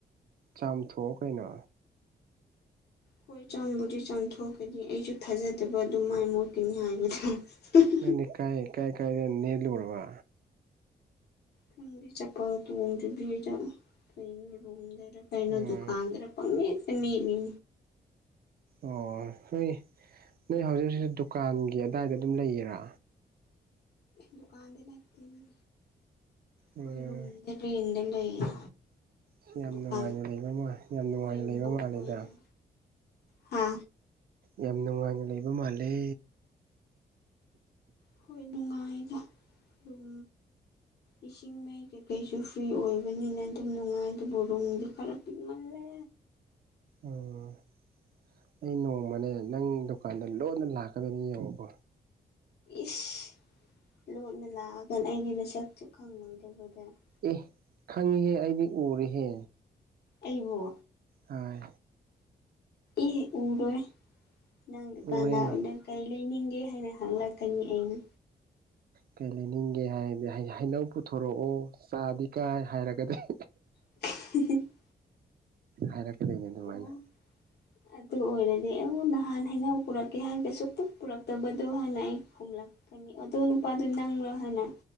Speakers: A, on the right (about 60°); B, on the left (about 70°).
A: ꯆꯥꯝꯊꯣꯛꯑꯣ ꯀꯩꯅꯣ꯫
B: ꯍꯣꯏ ꯆꯥꯝꯕꯨꯗꯤ ꯆꯥꯝꯊꯣꯛꯀꯅꯤ ꯑꯩꯖꯨ ꯊꯥꯖꯗꯕ ꯗꯨꯃꯥꯏ ꯃꯣꯠꯀꯅꯤ ꯍꯥꯏꯕꯗꯣ <unintelligible>
A: ꯅꯪꯗꯤ ꯀꯥꯏ ꯀꯥꯏ ꯀꯥꯏꯗ ꯅꯦꯠꯂꯨꯔꯕ?
B: ꯈꯪꯗꯦ ꯆꯄꯜ ꯇꯣꯡꯗꯕꯤꯗ ꯀꯩꯅꯦ ꯔꯨꯝꯗꯦ ꯀꯩꯅꯣ
A: ꯎꯝ
B: ꯗꯨꯀꯥꯟꯗꯔ ꯄꯪꯃꯦꯠꯇ ꯃꯦꯠꯂꯤꯅꯤ꯫
A: ꯑꯣ ꯅꯣꯏ ꯅꯣꯏ ꯍꯧꯖꯤꯛ ꯍꯧꯖꯤꯛ ꯗꯨꯀꯥꯟꯒꯤ ꯑꯗꯥꯏꯗ ꯑꯗꯨꯝ ꯂꯩꯌꯤꯔꯥ?
B: ꯗꯨꯀꯥꯟꯗ ꯅꯠꯇꯦꯅꯦ꯫ ꯈꯣꯏ
A: ꯎꯝ
B: ꯔꯨꯝꯗ ꯔꯦꯟꯗ ꯂꯩꯌꯦ꯫
A: ꯁꯤ ꯌꯥꯝ
B: ꯗꯨꯀꯥꯟ
A: ꯅꯨꯡꯉꯥꯏꯅ ꯂꯩꯕ ꯃꯥꯟ ꯌꯥꯝ
B: ꯑꯩꯈꯣꯏ
A: ꯅꯨꯡꯉꯥꯏꯅ
B: ꯌꯨꯝꯕꯨ
A: ꯂꯩꯕ ꯃꯥꯜꯂꯤꯗ?
B: ꯈꯣꯏꯗ ꯍꯥ
A: ꯌꯥꯝ ꯅꯨꯡꯉꯥꯏꯅ ꯂꯩꯕ ꯃꯥꯜꯂꯦ꯫
B: ꯍꯣꯏ ꯅꯨꯡꯉꯥꯏꯗ꯫ ꯗꯨꯝ ꯏꯁꯤꯡ ꯃꯩ ꯀꯩ ꯀꯩ ꯀꯩꯁꯨ ꯐ꯭ꯔꯤ ꯑꯣꯏꯕꯅꯤꯅ ꯗꯨꯝ ꯅꯨꯡꯉꯥꯏ ꯑꯗꯨꯕꯨ ꯔꯨꯝꯗꯤ ꯈꯔ ꯄꯤꯛꯃꯜꯂꯦ꯫
A: ꯎꯝ ꯑꯩ ꯅꯣꯡꯃꯅꯦ ꯅꯪ ꯗꯨꯀꯥꯟꯗ ꯂꯣꯟꯅ ꯂꯥꯛꯀꯗꯨꯏꯅꯤ ꯌꯦꯡꯉꯣꯀꯣ꯫
B: ꯏꯁ! ꯂꯣꯠꯅ ꯂꯥꯛꯑꯒ ꯑꯩꯗꯤ ꯅꯁꯛꯆꯨ ꯈꯪꯉꯣꯏꯗꯕꯗ ꯫
A: ꯑꯦ ꯈꯪꯉꯤꯍꯦ ꯑꯩꯗꯤ ꯎꯔꯦꯍꯦ꯫
B: ꯑꯩꯕꯨ?
A: ꯍꯣꯏ
B: ꯏ ꯎꯔꯣꯏ꯫ ꯅꯪꯕꯨ ꯗꯨꯀꯥꯟꯗꯥ
A: ꯎꯔꯦ
B: ꯎꯅ ꯀꯔꯤ ꯂꯩꯅꯤꯡꯒꯦ ꯍꯥꯏꯅ ꯍꯪꯂꯛꯀꯅꯤ ꯑꯩꯅ꯫
A: ꯀꯩ ꯂꯩꯅꯤꯡꯒꯦ ꯍꯥꯏꯕꯗꯤ ꯍꯩ-ꯍꯩꯅꯧ ꯄꯨꯊꯣꯔꯛꯑꯣ ꯆꯥꯗꯤ ꯀꯥꯏ ꯍꯥꯏꯔꯒꯗꯤ <unintelligible>
B: <unintelligible>
A: ꯍꯥꯏꯔꯛꯀꯗꯨꯨꯏꯅꯦ ꯗꯨꯃꯥꯏꯅ꯫
B: ꯑꯣ ꯑꯗꯨ ꯑꯣꯏꯔꯗꯤ ꯑꯩꯕꯨ ꯅꯍꯥꯟ ꯍꯩꯅꯧ ꯄꯨꯔꯛꯀꯦ ꯍꯥꯏꯒ ꯁꯨꯛꯄꯨ ꯄꯨꯔꯛꯇꯕꯗꯣ ꯍꯥꯏꯅ ꯑꯩ ꯈꯣꯡꯂꯛ ꯀꯅꯤ ꯑꯗꯨ ꯅꯨꯄꯥꯗꯨ ꯅꯪꯂꯣ ꯍꯥꯏꯅ꯫